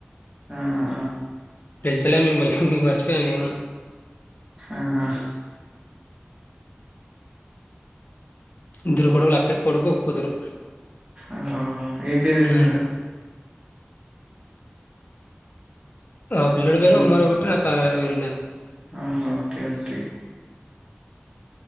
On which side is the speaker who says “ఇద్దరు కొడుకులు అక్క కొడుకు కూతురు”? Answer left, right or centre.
Left